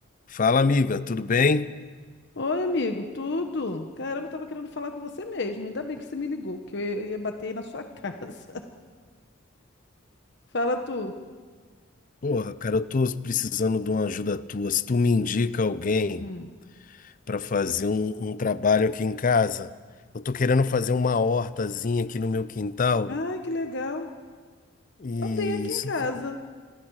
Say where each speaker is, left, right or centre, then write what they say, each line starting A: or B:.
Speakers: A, on the left; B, on the left.
A: Fala, amiga, tudo bem?
B: Oi, amigo, tudo? Caramba, eu tava querendo falar com você mesmo. Ainda bem que você me ligou, que eu ia bater aí na sua <laughs> casa. Fala tu.
A: Porra, cara, eu tô precisando de uma ajuda tua. Se tu me indica alguém
B: Hum.
A: para fazer um, um trabalho aqui em casa, eu tô querendo fazer uma hortazinha aqui no meu quintal
B: Ai, que legal.
A: e...
B: Eu tenho aqui
A: se
B: em casa.
A: tu-